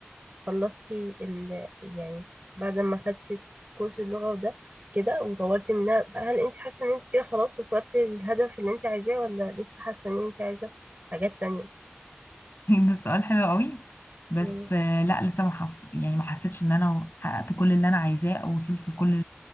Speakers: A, on the right (about 40°); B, on the left (about 65°).
A: خلصتي ال يعني بعد ما خدتي كورس اللغه ده كده وطورتي منها هل انت حاسه ان انت كده خلاص وصلتي للهدف اللي انت عايزاه ولا لسه حاسه ان انت عايزه حاجات تانية
B: <laughs> ده سؤال حلو قوي بس
A: مم.
B: آه، لا لسه ما حس... يعني ما حسيتش ان انا حققت كل اللي انا عايزاه او وصلت لكل